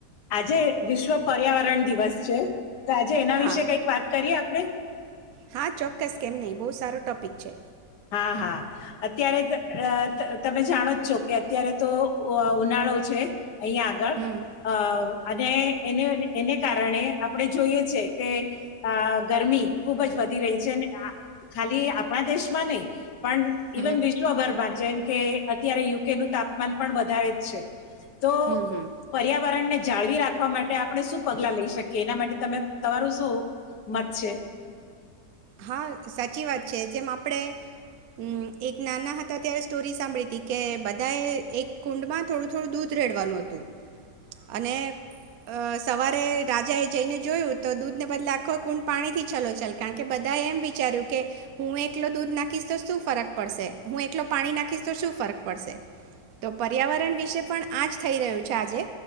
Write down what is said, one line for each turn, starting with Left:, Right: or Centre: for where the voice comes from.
Left: આજે વિશ્વ પર્યાવરણ દિવસ છે. તો આજે એના
Right: હા
Left: વિશે કઈક વાત કરીએ આપડે?
Right: હા ચોક્કસ કેમ નહિ બહુ સારો ટોપિક છે.
Left: હા હા અત્યારે ત અ તમે જાણો જોકે અત્યારે તો અ ઉનાળો છે. અહીંયા આગળ
Right: હમ
Left: અ અને એને એને કારણે આપણે જોઈએ છે કે અ ગરમી ખુબ જ વધી રહી છે અને ખાલી આપણા દેશ મને પણ
Right: હમ
Left: ઇવન વિશ્વભર બા જેમ કે અત્યારે યુકે નું તાપમાન પણ વધારે જ છે. તો
Right: હમ હમ
Left: પર્યાવરણને જાળવી રાખવા માટે આપણે શું પગલા લઈ શકીએ એના માટે તમે તમારું શું મત છે?
Right: હા સાચી વાત છે જેમ આપડે હમ એક નાના હતા ત્યારે સ્ટોરી સાંભળી હતી કે બધાએ એક કુંડમાં થોડું થોડું દૂધ રહેડવાનું હતું. <inaudible> અને અ સવારે રાજા એ જઈને જોયું તો દૂધને બદલે આખો કુંડ પાણી થી છલો છલ કારણ બધા એમ વિચાર્યું કે હું એકલો દૂધ નાખીશ તો શું ફરક પડશે, હું એકલો પાણી નાખીશ તો શું ફરક પડશે. તો પર્યાવરણ વિશે પણ આજ થઈ રહ્યું છે આજે